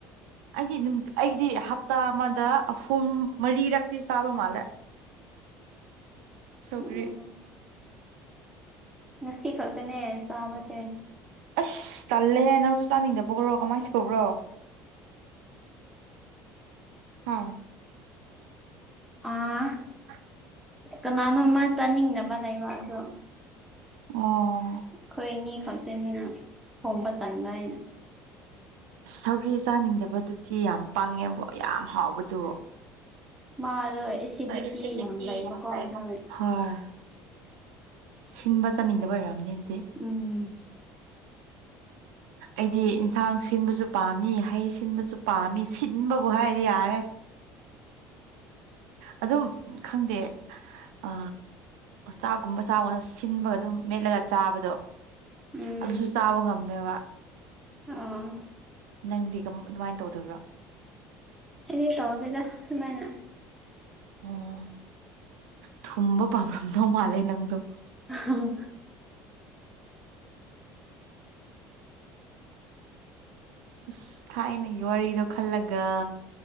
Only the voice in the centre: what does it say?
ꯎꯝ ꯉꯁꯤ ꯈꯛꯇꯅꯦ ꯆꯥꯕꯁꯦ꯫
ꯑꯥ
ꯀꯅꯥꯅꯣꯃ ꯆꯥꯅꯤꯡꯗꯕ ꯂꯩꯕ ꯑꯗꯣ
ꯑꯩꯈꯣꯏꯅꯤ ꯈꯛꯁꯤꯅꯤꯅ ꯊꯣꯡꯕ ꯆꯟꯕ ꯍꯥꯏꯅ
ꯃꯥ ꯑꯦꯦꯗꯤꯗꯤ
ꯍ ꯂꯩ
ꯃꯈ ꯀ
ꯑꯖ
ꯎꯝ
ꯎꯝ
ꯑꯥ
ꯑꯩꯗꯤ ꯇꯧꯔꯒꯦꯗ ꯁꯨꯃꯥꯏꯅ
ꯑꯣ